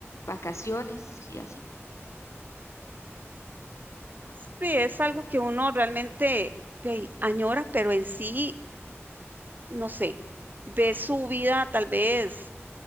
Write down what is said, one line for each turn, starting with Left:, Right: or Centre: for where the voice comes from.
Left: vacaciones y así.
Right: Sí, es algo que uno realmente de ahí, añora, pero en sí, no sé, ve su vida tal vez